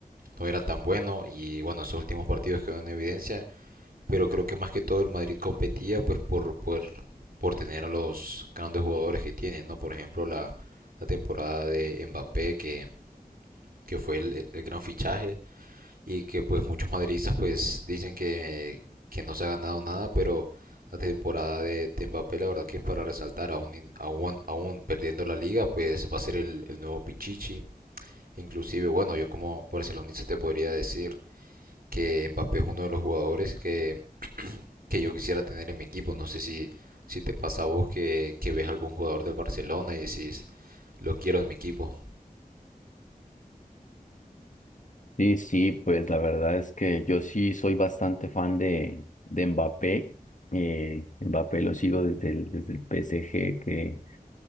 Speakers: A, on the right (about 75°); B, on the left (about 55°).
A: no era tan bueno y, bueno, esos últimos partidos quedaron en evidencia pero creo que más que todo el Madrid competía pues por, por, por tener a los grandes jugadores que tiene, ¿no? Por ejemplo, la, la temporada de Mbappé, que, que fue el, el- el gran fichaje y que pues muchos madridistas pues dicen que, que no se ha ganado nada, pero la temporada de, de Mbappé la verdad que es para resaltar, aún, in- aún, aún perdiendo la liga, pues va a ser el, el nuevo Pichichi. Inclusive, bueno, yo como barcelonista te podría decir que Mbappé es uno de los jugadores que que yo quisiera tener en mi equipo. No sé si, si te pasa a vos que, que ves algún jugador del Barcelona y decís, lo quiero en mi equipo.
B: Sí, sí, pues la verdad es que yo sí soy bastante fan de, de Mbappé. Eh, Mbappé lo sigo desde el, desde el PSG, que,